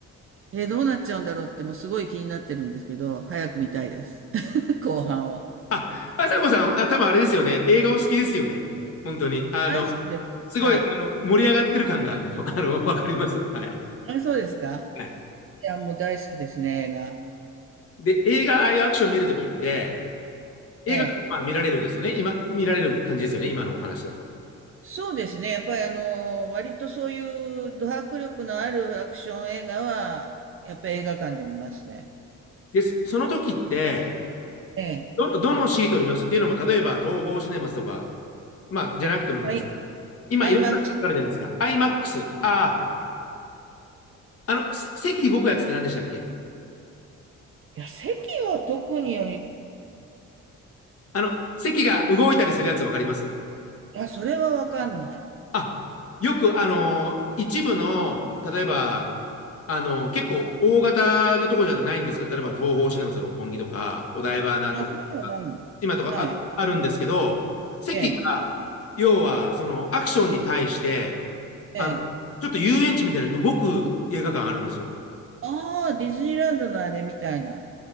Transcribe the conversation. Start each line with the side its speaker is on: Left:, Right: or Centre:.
Right: えーどうなっちゃうんだろうって、もうすごい気になってるんですけど、早く見たいです。<laughs> 後半を。
Left: ああさこさん、あ、多分あれですよね。映画お好きですよね。本当に。あの、
Right: 大好きです。
Left: すごい、
Right: はい。
Left: あの、盛り上がってる感が、もうあの、わかります。はい。
Right: あ、そうですか
Left: はい。
Right: いや、もう大好きですね、映画。
Left: で、映画、ああいうアクション見るときって、映画、
Right: ええ。
Left: まあ見られるですよね。今、見られる感じですよね。今のお話だと。
Right: そうですね。やっぱりあの、割とそういうド迫力のあるアクション映画は、やっぱり映画館で見ますね。
Left: で、そその時って、
Right: ええ。
Left: どの、どのシートで見ますっていうのも、例えば、東宝シネマズとか、まあ、じゃなくてもなんですけど、
Right: はい。
Left: 今、
Right: アイマックス
Left: いろんな席があるじゃないですか。IMAX。ああ、あの、せ席動くやつって何でしたっけ
Right: いや、席は特に、い
Left: あの、席が動いたりするやつわかります
Right: や、それはわかんない。
Left: あ、よく、あのー一部の、例えば、あのー結構大型のところじゃないんですけど、例えば東宝シネマズ六本木とか、お台場なんとかとか、
Right: あ、そういうのはないんだ。
Left: 今とかあ、
Right: はい。
Left: あるんですけど、席が、
Right: ええ。
Left: 要は、その、アクションに対して、
Right: ええ。
Left: あの、ちょっと遊園地みたいな動く映画館あるんですよ。
Right: ああ、ディズニーランドのあれみたいな。